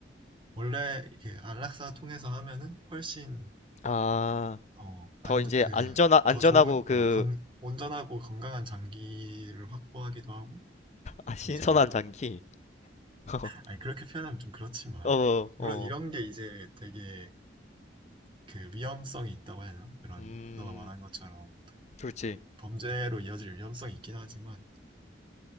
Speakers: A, on the right; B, on the left.
A: 원래 그 안락사 통해서 하면은 훨씬
B: 아,
A: 어안그더
B: 더 이제 안전하 안전하고
A: 좋은
B: 그
A: 어 건, 온전하고 건강한 장기를 확보하기도 하고
B: 아, 신선한
A: 이제
B: 장기. <laughs>
A: 아니 그렇게 표현하면 좀 그렇지만
B: 어,
A: 물론
B: 어.
A: 이런 게 이제 되게 그 위험성이 있다고 해야 하나 그런
B: 음.
A: 너가 말한 것처럼
B: 그렇지.
A: 범죄로 이어질 위험성이 있긴 하지만